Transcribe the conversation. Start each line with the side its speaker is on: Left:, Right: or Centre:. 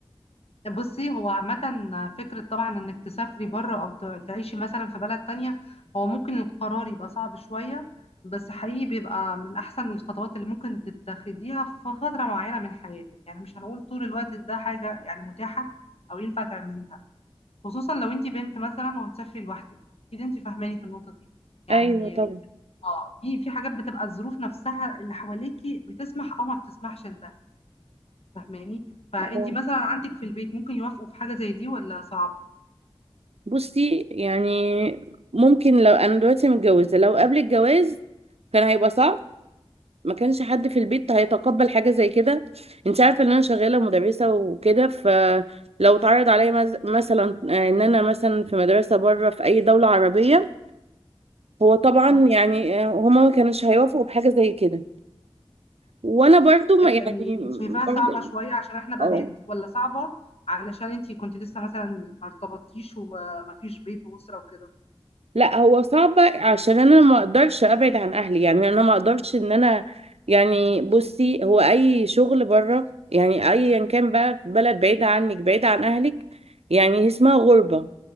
Left: بصي هو عامة فكرة طبعا انك تسافري بره او ت- تعيشي مثلا في بلد تانية هو ممكن القرار يبقى صعب شوية بس حقيقي بيبقى من احسن الخطوات اللي ممكن تتخذيها في فترة معينة من حياتك يعني مش هنقول طول الوقت ده حاجة يعني متاحة او ينفع تعمليها خصوصا لو انت بنت مثلا وهتسافري لوحدك اكيد انت فاهماني في النقطة دي يعني
Right: ايوه طبعا
Left: اه في في حاجات بتبقى الظروف نفسها اللي حواليكي بتسمح او ما بتسمحش لده فاهماني فانت
Right: اه
Left: مثلا عندك في البيت ممكن يوافقوا في حاجة زي دي ولا صعب
Right: بصي يعني ممكن لو انا دلوقتي متجوزه لو قبل الجواز كان هيبقى صعب ما كانش حد في البيت هيتقبل حاجة زي كده انت عارفة ان انا شغالة مدرسة وكده فلو اتعرض عليا مز- مثلا آه، ان انا مثلا في مدرسة بره في اي دولة عربية هو طبعا
Left: صح.
Right: يعني آه، هما ما كانوش هيوافقوا بحاجة زي كده وانا برضو ما يعني
Left: يعني انت شايفاها
Right: برضو
Left: صعبة شوية عشان احنا بنات
Right: اه
Left: ولا صعبة علشان انت كنت لسه مثلا ما ارتبطتيش وما فيش بيت وأسرة وكده
Right: لا هو صعب عشان انا ما اقدرش ابعد عن اهلي يعني انا ما اقدرش ان انا يعني بصي هو اي شغل بره يعني ايا كان بقى في بلد بعيدة عنك بعيدة عن اهلك يعني اسمها غربة